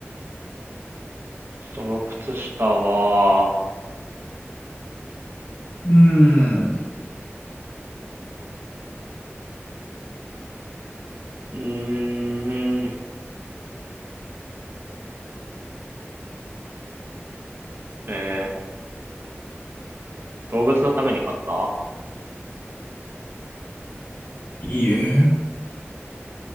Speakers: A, on the right; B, on the left.
A: その靴下は、
B: ーん、
A: うーん。えー、動物のために買った
B: いいえ。